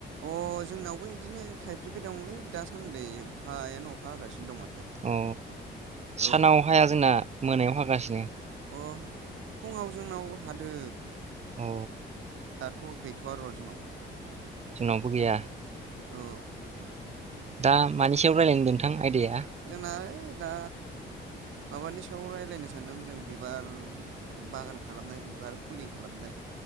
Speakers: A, on the right; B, on the right.
A: अ जोंनावबो बिदिनो थाइफ्रिबाय दंलै दासान्दि अखायानो अखा होगासिनो दं
B: अ सानाव
A: औ
B: हाया जोंना मोनायाव हागासिनो
A: अ फुङाव जोंनाव हादो
B: औ
A: दाथ' गैथ'आ र' जोंनाव
B: जोंनावबो गैया
A: औ
B: दा मानि सायाव रायजलायनो नोंथां आयदाया
A: जोंना ओइ दा माबानि सायाव रायज्लायनो सानदों जों बिबार बागान खालामनाय बिबार फुलि खालामनाय